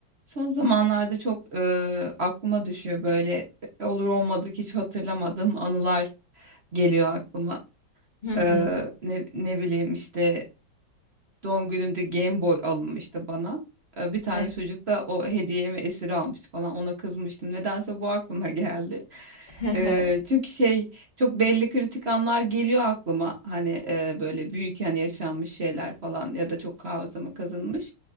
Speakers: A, on the right; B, on the left.
A: Son zamanlarda çok e, aklıma düşüyor böyle e, olur olmadık hiç hatırlamadığım anılar geliyor aklıma.
B: Hı
A: E,
B: hı.
A: ne, ne bileyim işte Doğum günümde Game Boy alınmıştı bana. Ee, Bir tane
B: E,
A: çocuk da o hediyemi esir almıştı falan. Ona kızmıştım. Nedense bu aklıma <laughs> geldi.
B: hı hı.
A: Ee, çünkü şey çok belli kritik anlar geliyor aklıma. Hani e, böyle büyük yani yaşanmış şeyler falan ya da çok hafızama kazınmış.